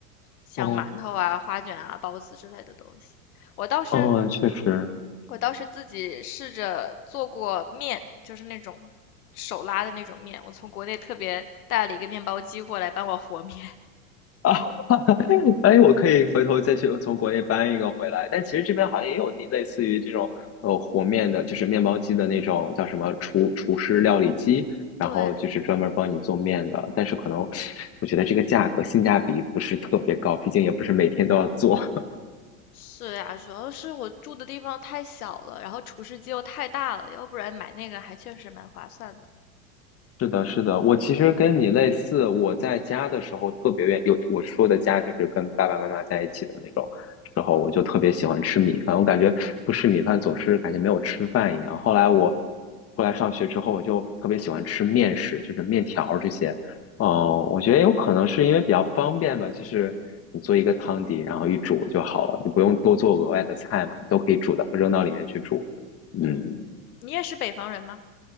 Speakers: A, on the left; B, on the left.
A: 像馒头啊、
B: 哦
A: 花卷啊、包子之类的东西。我倒是
B: 哦，确实，
A: 我倒是自己试着做过面，就是那种手拉的那种面。我从国内特别带了一个面包机过来帮我和面。<laughs>
B: 啊，<laughs> 哎，我可以回头再去从国内搬一个回来。但其实这边好像也有那类似于这种呃和面的，就是面包机的那种叫什么厨厨师料理机，然后就是专门帮你做面的。
A: 对，
B: 但是可能我觉得这个价格性价比不是特别高，毕竟也不是每天都要做。
A: 是呀，主要是我住的地方太小了，然后厨师机又太大了，要不然买那个还确实蛮划算的。
B: 是的，是的，我其实跟你类似，我在家的时候特别愿有我说的家就是跟爸爸妈妈在一起的那种时候，我就特别喜欢吃米饭，我感觉不吃米饭总是感觉没有吃饭一样。后来我后来上学之后，我就特别喜欢吃面食，就是面条儿这些。嗯，我觉得有可能是因为比较方便吧，就是你做一个汤底，然后一煮就好了，就不用多做额外的菜嘛，都可以煮的，扔到里面去煮。嗯，
A: 嗯，你也是北方人吗？